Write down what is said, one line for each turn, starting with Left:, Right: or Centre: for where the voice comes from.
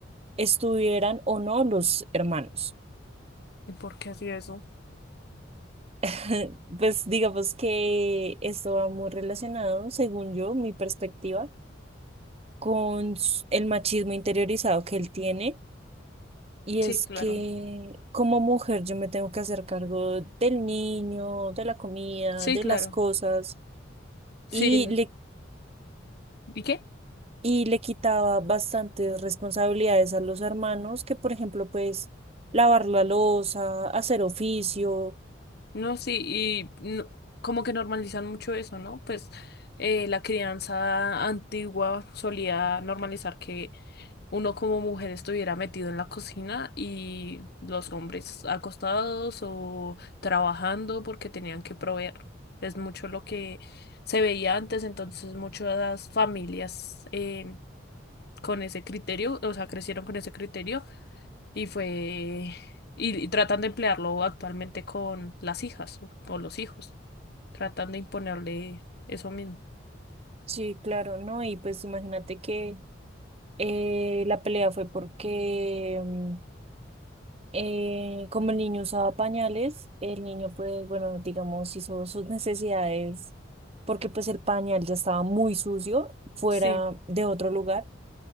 Right: estuvieran o no los hermanos.
Left: ¿Y por qué hacía eso?
Right: <laughs> Pues digamos que esto va muy relacionado, según yo, mi perspectiva, con s- el machismo interiorizado que él tiene. Y
Left: Sí,
Right: es
Left: claro.
Right: que como mujer yo me tengo que hacer cargo del niño, de la comida,
Left: Sí,
Right: de
Left: claro.
Right: las cosas.
Left: Sí.
Right: Y le
Left: ¿Y qué?
Right: y le quitaba bastantes responsabilidades a los hermanos, que por ejemplo, pues lavar la loza, hacer oficio,
Left: No, sí, y no- como que normalizan mucho eso, ¿no? Pues eh, la crianza antigua solía normalizar que uno como mujer estuviera metido en la cocina y los hombres acostados o trabajando porque tenían que proveer. Es mucho lo que se veía antes, entonces muchas familias eh, con ese criterio, o sea, crecieron con ese criterio y fue, y, y tratan de emplearlo actualmente con las hijas o, o los hijos, tratan de imponerle eso mismo.
Right: sí, claro, ¿no? Y pues imagínate que eh, la pelea fue porque mm, eh, como el niño usaba pañales, el niño pues, bueno, digamos, hizo sus necesidades porque pues el pañal ya estaba muy sucio fuera
Left: Sí.
Right: de otro lugar.